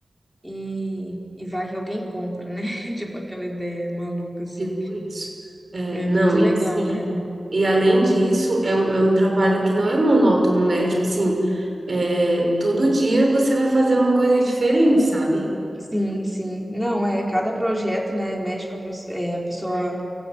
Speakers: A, in the centre; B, on the right.
A: e, e vai que alguém compra, né? <laughs> Tipo, aquela ideia maluca, assim.
B: Tipo isso. É,
A: É
B: não,
A: muito legal,
B: e sim.
A: cara.
B: E além disso, é um, é um trabalho que não é monótono, né? Tipo assim, é, todo dia você vai fazer uma coisa diferente, sabe?
A: Sim, sim. Não, é, cada projeto, né, mexe com a pessoa, a pessoa
B: É.